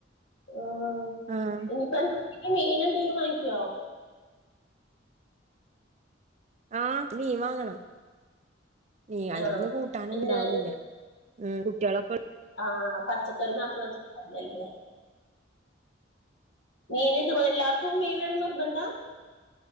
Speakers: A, on the left; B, on the right.
A: ആഹ്
B: ആഹ്
A: ഇനിയിപ്പ എന്ത <unintelligible> മീന എന്തെേങ്കിലും വാങ്ങിക്കോ
B: ആഹ് മീൻ വാങ്ങണം നീ അലന്ന്
A: ആഹ്
B: കൂട്ടാന്
A: പിന്നെ
B: ഇണ്ടാവൂല്ല കുട്ടോളോ
A: ആഹ് പച്ചക്കറി മാത്ര <unintelligible> മീന് ഇ ദ എല്ലാവർക്കും മീനേണന്ന് നിർബന്ധ